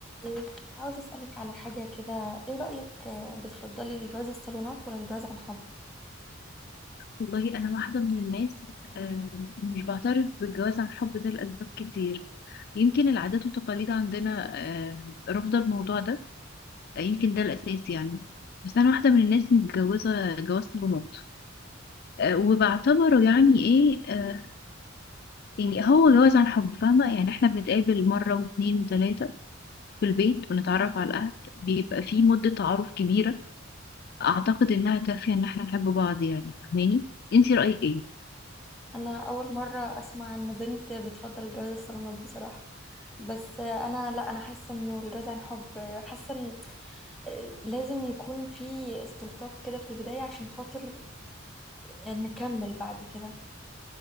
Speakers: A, in the centre; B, on the left.
A: إيه، كنت عاوز أسألك على حاجة كده إيه رأيك آه، بتفضلي الجواز الصالونات ولا الجواز عن حب؟
B: والله انا واحده من الناس آه، مش بعترف بالجواز عن حب ده لاسباب كتير يمكن العادات والتقاليد عندنا آه، رافضه الموضوع ده آه، يمكن ده الاساس يعني بس انا واحده من الناس متجوزه جواز صالونات آه، وبعتبره يعني ايه آه، يعني هو جواز عن حب فاهمه يعني احنا بنتقابل مره واثنين وثلاثه في البيت ونتعرف على الاهل بيبقى في مده تعارف كبيره اعتقد انها كافيه ان احنا نحب بعض يعني فاهماني انتي رايك ايه
A: أنا أول مرة أسمع إن بنت بتفضل الجواز الصالونات بصراحة بس آه، أنا لا أنا حاسة إنه الجواز عن حب آه، حاسة إن آه، لازم يكون في استلطاف كده في البداية عشان خاطر آه، نكمل بعد كده